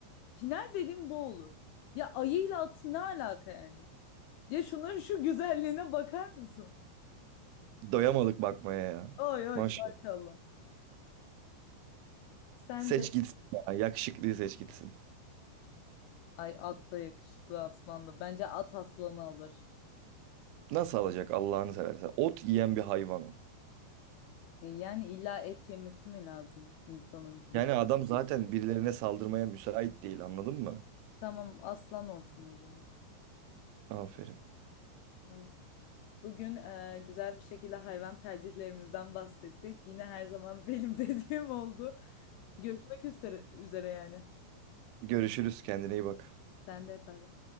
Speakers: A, on the left; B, on the right.
A: final dediğim bu olur. Ya ayıyla at ne alaka yani? Ya şunların şu güzelliğine bakar mısın?
B: Doyamadık bakmaya ya.
A: Ay ay
B: Maşallah.
A: maşallah. Sence?
B: Seç gitsin ya. Yakışıklıyı seç gitsin.
A: Ay at da yakışıklı aslan da. Bence at aslanı alır.
B: Nasıl alacak Allah'ını seversen? Ot yiyen bir hayvan o.
A: E yani illa et yemesi mi lazım insanın güç?
B: Yani adam zaten birilerine saldırmaya müsait değil anladın mı?
A: Tamam aslan olsun o zaman.
B: Aferin.
A: Tamam. Bugün e, güzel bir şekilde hayvan tercihlerimizden bahsettik. Yine her zaman benim <laughs> dediğim oldu. Görüşmek üzere, üzere yani.
B: Görüşürüz kendine iyi bak.
A: Sen de bay bay.